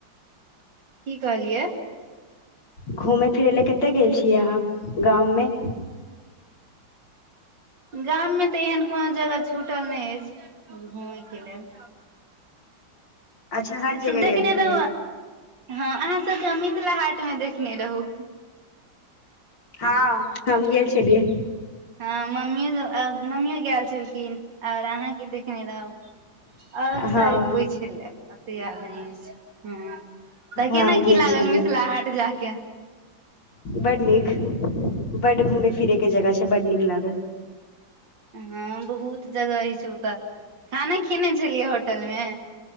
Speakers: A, on the right (about 65°); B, on the left (about 65°).
A: की कहलियै
B: घूमय फिरय लय कतय गेल छि अहाँ गाममे
A: गाम में तऽ एहन कोनो जगह छूटल नै अछि घूमै के लेल
B: अच्छा हर जगह
A: स देखने
B: गेल छियै
A: रहु हँ अहाँ सबके मिथिला हाट मे देखने रहु
B: हं हम गेल छलियै
A: ह मम्मी मम्मीयो गैल छलखिन ओर अहाँके देखने रहूँ ओर शायद
B: हँ
A: कोइ छलै ओ तऽ याद नै ह तऽ
B: हँ
A: केना
B: गेल
A: की लागल
B: छलियै
A: मिथिला हाट जा के
B: बड नीक बड घूमै फिरे के जगह छै बड नीक लागल
A: हं बहुत जगह आइछ ओतऽ खाना खेने छलियै होटल मे